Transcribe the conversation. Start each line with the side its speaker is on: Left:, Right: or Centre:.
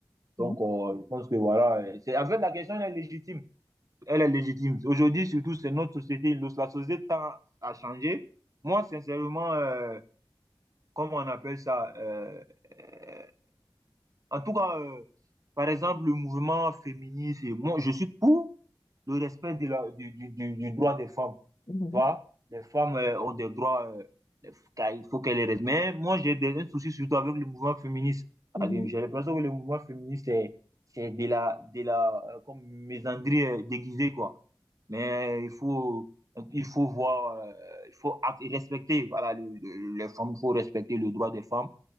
Left: Mhm.
Right: Donc, euh, je pense que voilà, euh, c'est, en fait, la question, elle est légitime. Elle est légitime. Aujourd'hui, surtout, c'est notre société. Le- La société tend à changer. Moi, sincèrement, euh, comment on appelle ça euh, euh, En tout cas, euh, par exemple, le mouvement féministe, et moi, je suis pour le respect de la- du, du, du, du droit des femmes
Left: Mhm.
Right: vois, les femmes euh, ont des droits, euh, les- car il faut qu'elles les respectent. Mais moi, j'ai des un souci surtout avec le mouvement féministe.
Left: Mhm.
Right: Parce que J'ai l'impression que le mouvement féministe, c'est c'est de la, de la euh, comme misandrie euh, déguisée, quoi. Mais il faut, il faut voir, euh, il faut act- et respecter, voilà, le- le- les femmes, il faut respecter le droit des femmes.